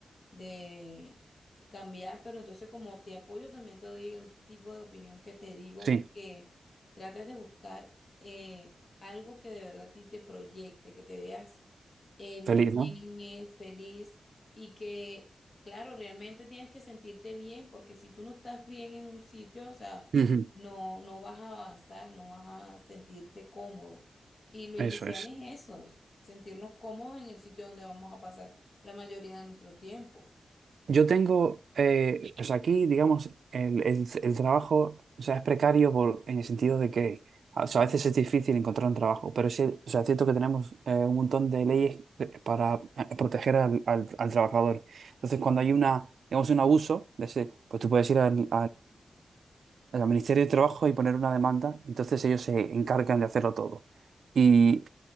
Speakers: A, on the left; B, on the right.
A: de cambiar, pero entonces como te apoyo también te doy el tipo de opinión que te digo
B: Sí,
A: que trates de buscar eh, algo que de verdad a ti te proyecte, que te veas em,
B: feliz,
A: bien
B: ¿no?
A: en él, feliz y que, claro, realmente tienes que sentirte bien porque si tú no estás bien en un sitio, o sea,
B: Ujú.
A: no, no vas a avanzar, no vas a sentirte cómodo. Y lo inicial
B: Eso es.
A: es eso, sentirnos cómodos en el sitio donde vamos a pasar la mayoría de nuestro tiempo.
B: Yo tengo, eh, o sea, aquí, digamos, el, el- el trabajo, o sea, es precario por- en el sentido de que, a o sea, a veces es difícil encontrar un trabajo, pero sí, o sea, es cierto que tenemos eh, un montón de leyes de- para eh, proteger al, al- al trabajador. Entonces, cuando hay una, digamos, un abuso de ese, pues tú puedes ir al, al Ministerio de Trabajo y poner una demanda, entonces ellos se encargan de hacerlo todo. Y,